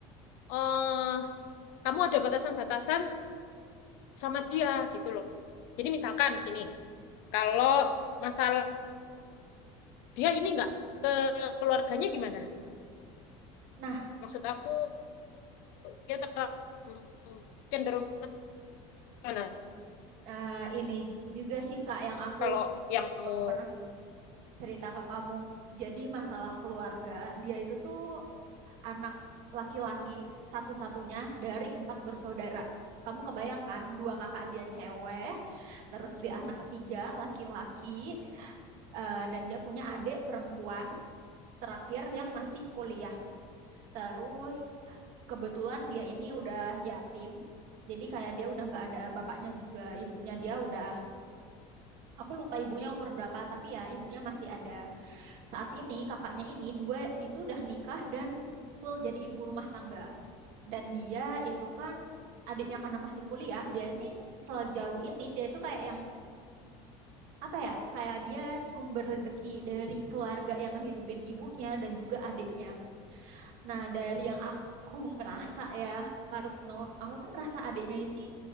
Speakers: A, on the left (about 75°); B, on the right (about 70°).
A: eh kamu ada batasan-batasan sama dia gitu loh. Jadi misalkan gini, kalau masalah dia ini nggak ke keluarganya gimana?
B: Nah,
A: Maksud aku dia terlalu cenderung mana?
B: eh, ini juga sih Kak yang aku
A: Kalau yang kamu
B: belum pernah
A: <laughs>
B: cerita ke kamu. Jadi masalah keluarga, dia itu tuh anak laki-laki satu-satunya dari empat bersaudara. Kamu kebayangkan dua kakak dia cewek, terus dia anak ketiga laki-laki, eh, dan dia punya adik perempuan terakhir yang masih kuliah. Terus kebetulan dia ini udah yatim, jadi kayak dia udah nggak ada bapaknya juga, ibunya dia udah, aku lupa ibunya umur berapa, tapi ya ibunya masih ada. Saat ini kakaknya ini dua itu udah nikah dan full jadi ibu rumah tangga. Dan dia itu kan adiknya karena masih kuliah, dia ini sejauh ini dia itu kayak yang apa ya? Kayak dia sumber rezeki dari keluarga yang ngehidupin ibunya dan juga adiknya. Nah, dari yang aku <laughs> merasa ya, Kartno, aku tuh merasa adiknya ini